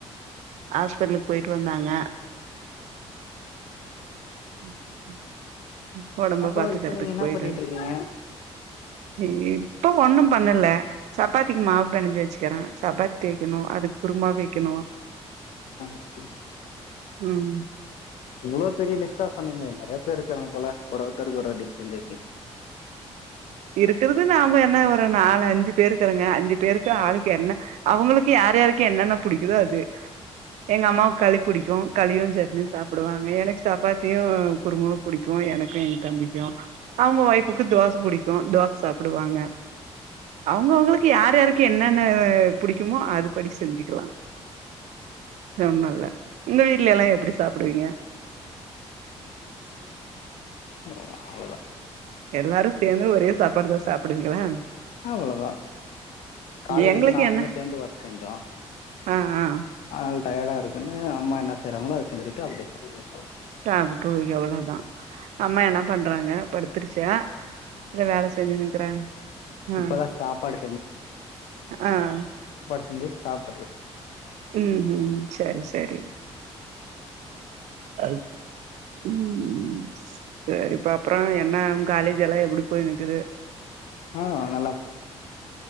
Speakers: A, on the right; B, on the left.
A: ஹாஸ்பெட்லுக்கு போயிட் ட்டு வந்தாங்க ம் ம் ஒடம்ப
B: அப்புறோ
A: பாத்துக்குறதுக்கு
B: இப்ப நீங்க என்ன
A: போயிட்டு
B: பண்ணிட்டு இருக்கீங்க
A: இல்லியே இப்ப ஒண்ணும் பண்ணல சப்பாத்திக்கு மாவு பெணஞ்சு வெச்சுக்கிற சப்பாத் தேய்கணு அதுக் குருமா வெக்கணு
B: ஆமா ம்
A: ம்
B: இவ்வளோ பெரிய லிஸ்டா சொன்னீங்க நறையா ப்ப இருக்கறாங்க போல ஒருஒருத்தருக்கு ஒரு டிஸ் செஞ்சுருக்கீங்
A: இருக்குறது நாம என்ன ஒரு நாலு அஞ்சு பேருக்கிறங்க அஞ்சு பேருக்கு ஆளுக்கு என்ன அவங்களுக்கு யார் யாருக்கு என்னென்ன புடிக்குதோ அது எங்க அம்மாவுக்கு களி புடிக் கு களியு சட்னியு சாப்புடுவாங்க எனக்கு சாப்பாத்தியு குருமா புடிக்கு எனக்கு எங் தம்பிக்கு அவுங்க வொய்ப்புக்கு தோச புடிக்கு தோச சாப்புடுவாங்க அவுங்கவுங்களுக்கு யார் யாருக்கு என்னென்ன புடிக்குமோ அது படி செஞ்சுக்கலா மம்மல்ல உங்க வீட்ல எல்லா எப்படி சாப்புடுவீங்க
B: அவ்வளோதா
A: எல்லாரு சேர்ந்து ஒரே சாப்பாடுதா சாப்புடுவீங்களா
B: அவ்வளதா காலேல
A: எங்களுக்கு
B: இருந்து நாங்களு
A: என்ன
B: சேந்து ஒர்க் செஞ்சோ
A: ஆ ஆ
B: அது டயடா இருக்குன்னு அம்மா என்ன செயிறாங்களோ அத செஞ்சிட்டு அப்புடியே சாப்புட்டுறு
A: சாப்புட்டு அவ்வளோதா அம்மா என்ன பண்றாங்க படுத்துருச்சா இல்ல வேல செஞ்சுன் இருக்குறாங்களா ம்
B: இப்பதா சாப்பாடு
A: ஆஹ்
B: சிந்திப் சாப்
A: உம் உம் சேர் சேரி அ உம் செரிப்பா அப்புறம் என்ன உங்க காலேஜ் எல்லாம் எப்படி போய் நிக்குது
B: ஆஹ் நல்லா